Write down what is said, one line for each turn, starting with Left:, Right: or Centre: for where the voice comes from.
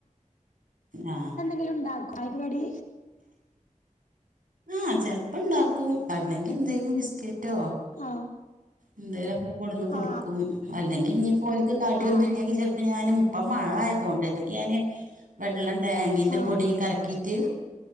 Right: ആ
Left: ങ്കിലുംണ്ടാ കോ ചായക്ക് കടി?
Right: ആഹ് ചെലപ്പം ഇണ്ടാക്കും അല്ലെങ്കിൽ എന്തെങ്കിലും ബിസ്ക്കറ്റോ?
Left: ആ
Right: എന്തേലൊക്കെ കൊടുന്ന് കൊടുക്കും
Left: ആ
Right: അല്ലെങ്കിൽ ഇനി. കോല്ക്ക് കടിയൊന്നും
Left: ആ
Right: ഇല്ലെങ്കിൽ ചെലപ്പ ഞാനും. ഇപ്പൊ മഴ ആയത് കൊണ്ട അല്ലെങ്കി ഞാന് വെള്ളം ഡാങ്കിന്റെ
Left: ആ
Right: പൊടി കലക്കിയിട്ട്.